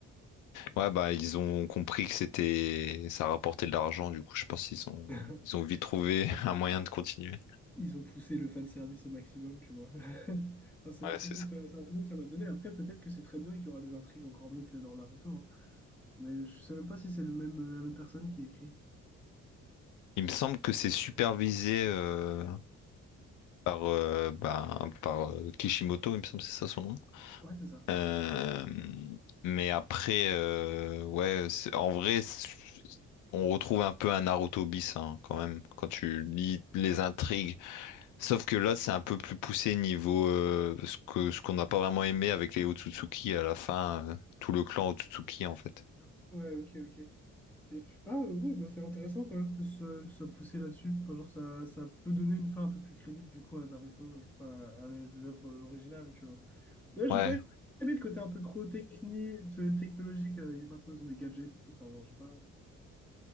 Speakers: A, on the left; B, in the centre.
A: Ouais, bah ils ont compris que c'était ça rapportait de l'argent, du coup je pense qu'ils ont
B: <laughs>
A: ils ont vite trouvé <laughs> un moyen de continuer.
B: Ils ont poussé le fanservice au maximum, tu vois. <laughs> Enfin, c'est
A: Ouais,
B: l'impression
A: c'est ça.
B: que ça, c'est l'impression que ça m'a donné. Après, peut-être que c'est très bien qu'il y aura des intrigues encore mieux que dans Naruto, hein. Mais je sais même pas si c'est le même, la même personne qui écrit.
A: Il me semble que c'est supervisé euh, par euh, bah, par euh, Kishimoto, il me semble que c'est ça son nom.
B: Ouais, c'est ça.
A: Euh, mais après euh, ouais, c'est- en vrai c'est- on retrouve un peu un Naruto bis hein, quand même quand tu lis les intrigues Sauf que là, c'est un peu plus poussé niveau euh, ce que ce qu'on n'a pas vraiment aimé avec les Otsutsuki à la fin, euh, tout le clan Otsutsuki en fait.
B: Ouais, ok, ok. Et puis, ah euh, oui, bah, c'est intéressant quand même que ce que ça poussé là-dessus. Enfin, genre, ça, ça peut donner une fin un peu plus crédible du coup à Naruto, euh, enfin, à l'œ- l'œuvre originale, tu vois. D'ailleurs,
A: Ouais.
B: j'ai pas aimé le côté un peu trop technique, te- technologique. euh, et maintenant, ils ont des gadgets et tout. Enfin, genre, j'ai pas...